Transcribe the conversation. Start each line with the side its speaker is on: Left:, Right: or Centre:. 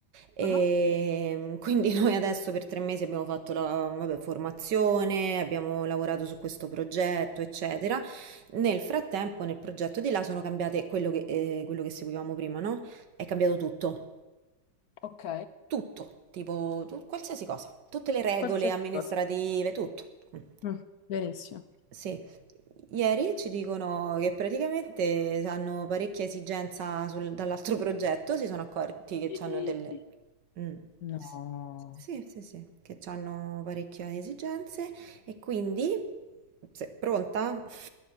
Right: E
Left: Ah,
Right: quindi <laughs> noi adesso per tre mesi abbiamo fatto la, vabbè, formazione, abbiamo lavorato su questo progetto, eccetera. Nel frattempo, nel progetto di là sono cambiate quello che, eh, quello che seguivamo prima, no? È cambiato tutto
Left: Ok.
Right: tutto, tipo tu- qualsiasi cosa, tutte le regole
Left: qualsiasi
Right: amministrative,
Left: cosa.
Right: tutto. Mm.
Left: Mm, benissimo.
Right: Sì, ieri ci dicono che praticamente hanno parecchia esigenza sul- dall'altro <laughs> progetto, si sono accorti che
Left: Sì.
Right: hanno delle... Mm.
Left: No.
Right: S- Sì, sì, sì, che hanno parecchie esigenze e quindi... se- pronta? <laughs>